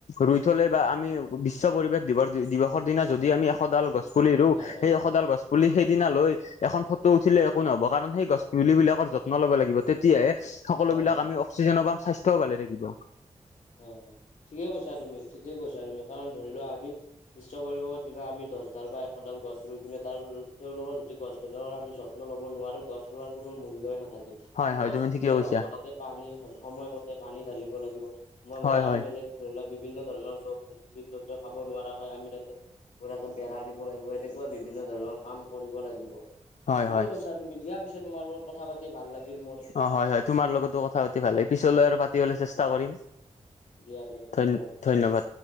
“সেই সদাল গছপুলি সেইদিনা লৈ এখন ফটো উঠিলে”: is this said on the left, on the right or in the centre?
Left